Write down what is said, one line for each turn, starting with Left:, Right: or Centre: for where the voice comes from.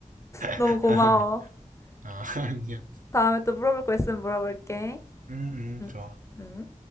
Left: 너무
Right: <laughs>
Left: 고마워.
Right: 아니야, 아, 아니야.
Left: 다음에 또 물어볼 거 있으면 물어볼게.
Right: 음, 음,
Left: 응,
Right: 좋아.
Left: 응.